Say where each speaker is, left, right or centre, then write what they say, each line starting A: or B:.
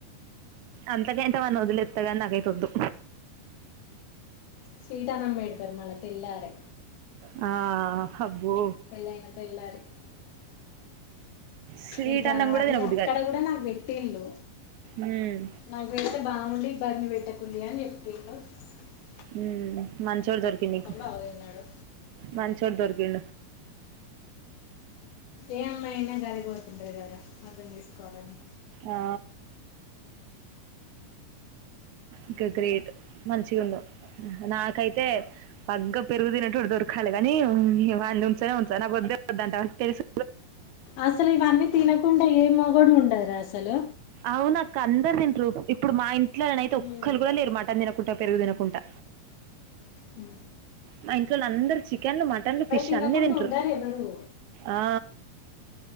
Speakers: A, on the right; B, on the left.
A: అంత గా అయితే ఇస్తవన్న వొదిలేత్తగాని నాకయితె వద్దు
B: స్వీట్ అన్నం పెడతారు మనకెల్లాలె
A: ఆ
B: <inaudible>
A: అబ్బో స్వీట్
B: ఇక
A: అన్నం కూడా
B: అది
A: తినబుద్ది
B: అక్కడ
A: కాదు
B: కూడా నాకు పెట్టిళ్ళు
A: ఉమ్
B: నాకు పెడితే బావుండి ఇబ్బంది పెట్ట <unintelligible>
A: మ్ మంచోడు దొరికిండు నీకు
B: బాగా తిన్నాడు
A: మంచోడు దొరికిం
B: ఏ అమ్మాయినా గదె కోరుకుంటది కదా అర్థం చేసుకోవాలని
A: ఆ ఇక గ్రేట్ మంచిగొండవ్ నాకయితే తే పగ్గం పెరుగు తినేటోడు దొరకాలి గానీ <unintelligible> నేను ఉంచనే ఉంచ నాకు వద్దే వద్దంట తెలుసు
B: అసలు ఇవన్నీ తినకుండా ఏ మొగోడు ఉండు తన అసలు
A: అవును అక్క అందరు తింట్రు ఇప్పుడు మా ఇంటి ఇట్ల నెనైతే
B: ఉమ్
A: ఒక్కరు కూడా లేరు మటన్ తినకుంటె పెరుగుతినకుంటా
B: హ
A: మా ఇంట్లో వళ్ళందరు చికెన్లు మటన్లు ఫిష్
B: తినకుండా
A: అన్నీ తింటారు
B: ఉండరు ఎవరు
A: ఆ